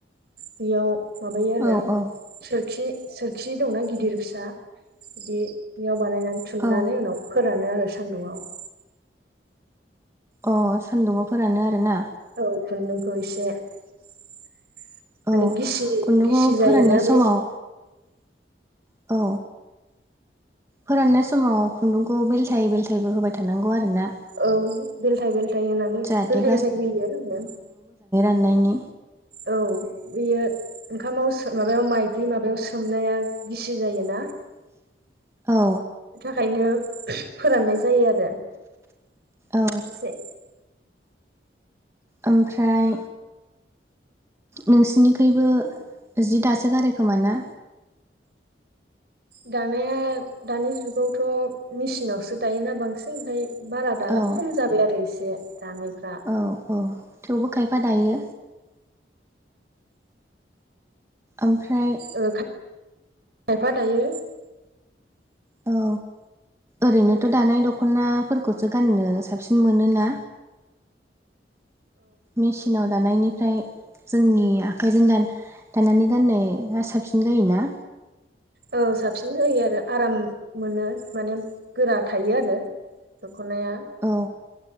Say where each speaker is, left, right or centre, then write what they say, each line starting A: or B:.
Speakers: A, on the right (about 60°); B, on the right (about 15°).
A: बेयाव माबायो आरो
B: औ औ
A: सोर खि सोरखि दंना गिदिर फिसा बिदि बेयाव बानायनानै थुननानै
B: औ
A: उनाव फोर फोरानो आरो सान्दुंआव।
B: अ सान्दुंआव फोरानो आरो ना?
A: औ खुन्दुंखौ इसे माने
B: औ
A: गिसि
B: खुन्दुंखौ
A: गिसि
B: फोराननाय
A: जायोना
B: समाव
A: बै
B: औ। फोराननाय समाव खुन्दुंखौ बेलथायै बेलथायबो होबाय थानांगौ आरो ना?
A: औ बेलथाय बेलथाय होनानै
B: जाहाथे
A: बेलथाय बेलथाय होयो आरो जोङो।
B: मोननायनि
A: औ बियो ओंखामाव सो माबायाव माइदि माबायाव सोमनाया गिसि जायोना।
B: <inaudible> औ।
A: ओंखायनो फोराननाय जायो आरो
B: औ
A: एसे
B: ओमफ्राय नोंसिनिखैबो जि दासो गारो खोमा ना?
A: दानाया दानि जुगावथ' मेसिनावसो दायोना बांसिन ओमफाय बारा दाला
B: औ
A: खम जाबाय आरो एसे दानायफ्रा।
B: औ औ थेवबो खायफा दायो। ओमफ्राय
A: ओ खायफा दायो
B: औ। ओरैनोथ' दानाय दख'नाफोरखौसो गाननो साबसिन मोनोना? मेसिनाव दानायनिफ्राय जोंनि आखाइजों दान दानानानै गाननाया साबसिन जायोना?
A: औ साबसिन जायो आरो आराम मोनो माने गोरा थायो आरो। दख'नाया
B: औ